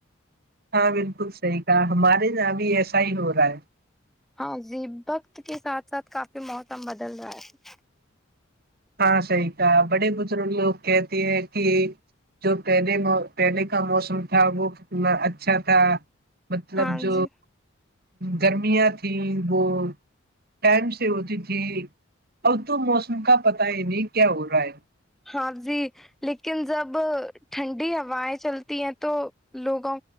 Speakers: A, on the right; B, in the centre.
A: ہاں بالکل صحیح کہا ہمارے یہاں ابھی ایسا ہی ہو رہا ہے
B: ہاں جی وقت کے ساتھ ساتھ کافی موسم بدل رہا ہے
A: ہاں، صحیح کا بڑے بزرگ لوگ کہتے ہیں کہ جو پہلے پہلے کا موسم تھا وہنا اچھا تھا مطلب
B: ہاں
A: جو
B: جی
A: گرمیاں تھیں وہ ٹائم سے ہوتی تھی ا تو موسم کا پتا ہی نہیں کیا ہو رہا ہے
B: ہاں جی لیکن جب ٹھنڈی ہوائیں چلتی ہیں تو لوگوں